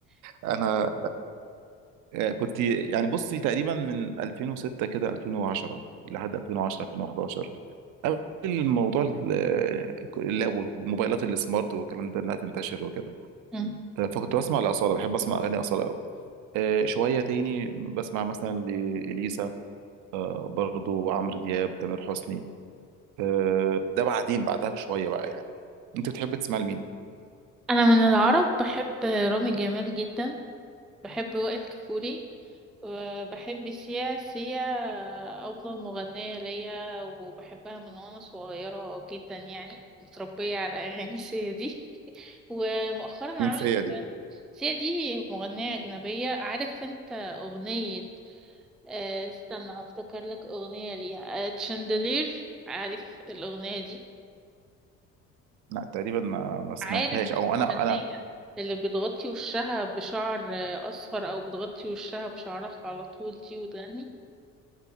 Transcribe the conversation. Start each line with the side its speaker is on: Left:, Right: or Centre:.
Right: انا آه، كنت يعني بصي تقريبا من 2006 كده 2010 لحد 2010 2011 قبل الموضوع ال- اللاب والموبايلات السمارت والكلام ده انها تنتشر وكده
Centre: مم.
Right: فكنت بسمع لأصالة بحب أسمع أغاني أصالة أوي آه، شوية تاني بسمع مثلا لإليسا آه، برضو عمرو دياب تامر حسني آه، ده بعدين بعدها بشوية بقى يعني أنت بتحب تسمع لمين؟
Centre: أنا من العرب بحب رامي جمال جدا بحب وائل كفوري وبحب سيا سيا أفضل مغنية ليا وبحبها من وأنا صغيرة جدا يعني متربية على أغاني سيا دي ومؤخرا
Right: مين
Centre: عملت
Right: سيا دي؟
Centre: سيا دي مغنية أجنبية عارف أنت أغنية آه، استنى هفتكر لك أغنية ليها تشاندلير عارف الأغنية دي
Right: لا تقريبا ما ما سمعتهاش
Centre: عارف المغنية
Right: أو أنا أنا
Centre: اللي بتغطي وشها بشعر آه، أصفر أو بتغطي وشها بشعرها على طول دي وتغني